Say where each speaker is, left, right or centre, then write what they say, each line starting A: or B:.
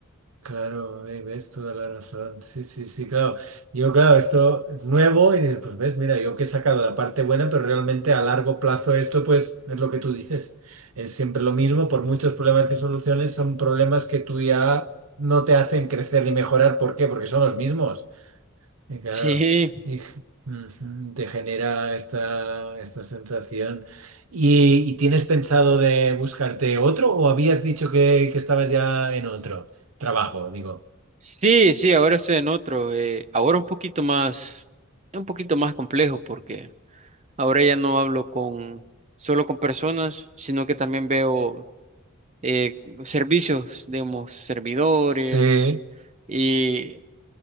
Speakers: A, on the right; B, on the right.
A: Claro, eh, ves toda la razón. Sí, sí, sí, claro. Yo, claro, esto es nuevo y dices, pues ves, mira, yo que he sacado la parte buena, pero realmente a largo plazo esto, pues, es lo que tú dices. Es siempre lo mismo, por muchos problemas que soluciones, son problemas que tú ya no te hacen crecer ni mejorar. ¿Por qué? Porque son los mismos. Y
B: <laughs>
A: claro,
B: Sí,
A: y, g- ujú, te genera esta, esta sensación. ¿Y, y tienes pensado de buscarte otro o habías dicho que, que estabas ya en otro trabajo, digo?
B: sí, sí, ahora estoy en otro. eh, ahora un poquito más, un poquito más complejo, porque ahora ya no hablo con, solo con personas, sino que también veo. eh, servicios, digamos, servidores,
A: Sí,
B: y,